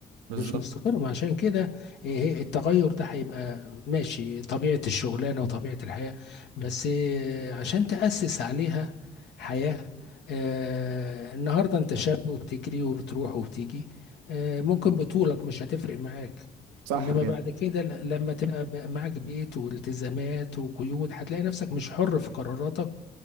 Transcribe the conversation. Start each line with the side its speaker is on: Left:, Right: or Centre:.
Right: بالظبط
Left: مش مستقر ما عشان كده إيه هي- التغير ده هيبقى ماشي طبيعة الشغلانة وطبيعة الحياة بس إيه، عشان تأسس عليها حياة آه، النهاردة انت شاب وبتجري وبتروح وبتيجي آه، ممكن بطولك مش هتفرق معاك
Right: صح
Left: انما
Right: كده
Left: بعد كده ل- لما تبقى بقى معاك بيت والتزامات وقيود هتلاقي نفسك مش حر في قراراتك